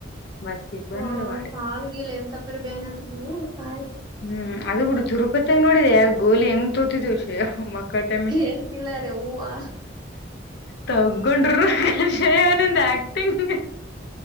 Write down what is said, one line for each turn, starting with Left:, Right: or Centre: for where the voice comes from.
Left: ಬಸ್ಸಿಗ್ ಬಂದ್
Right: ವಾವ್
Left: ಮಾಡಿ
Right: ಕಾಲ್ಗಿಲ್ ಎಂತ ಪರಿ ಬ್ಯಾನಿ ಅತದವೋ ತಾಯಿ ತಾಯಿ.
Left: ಹ್ಮ್ ಅದ ಬಿಡು ತಿರುಪತಿಿಯಾಗ ನೋಡಿದೆ ಗೋಲಿ ಹೆಂಗ್ ತೋತಿದೆವಿ ಷ್ಯ ಕಟಮಿ.
Right: ಏನ್ ಕಿಲ್ಲರೆ ಯವ್ವಾ
Left: ತಗಗೊಂಡರುಷೇವನಂದ ಆಕ್ಟಿಂಗ್